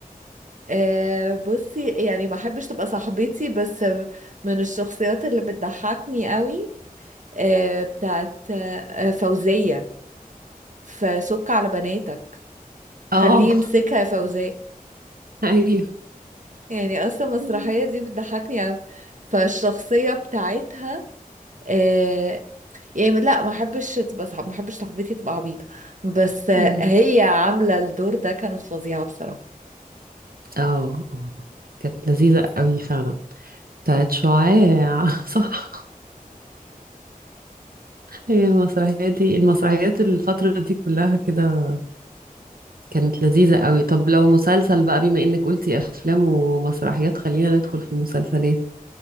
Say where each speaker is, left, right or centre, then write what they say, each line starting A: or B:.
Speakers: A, on the right; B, on the right.
A: أه بصي يعني ما احبش تبقى صاحبتي بس من الشخصيات اللي بتضحكني قوي أه بتاعت أه فوزية في سك على بناتك
B: اه
A: خليه يمسكها يا فوزية
B: ايوه
A: يعني اصلا المسرحية
B: <laughs>
A: دي بتضحكني قوي فالشخصية بتاعتها آه، يعني لا ما احبش تبقى صعب ما احبش صاحبتي تبقى عبيطه بس آه،
B: أمم.
A: هي عامله الدور ده كانت فظيعه بصراحه
B: اه اه كانت لذيذة قوي فعلا بتاعت شعاع <laughs> صح هي المسرحية دي المسرحيات الفترة دي كلها كده كانت لذيذة قوي طب لو مسلسل بقى بما انك قلتي افلام ومسرحيات خلينا ندخل في المسلسلات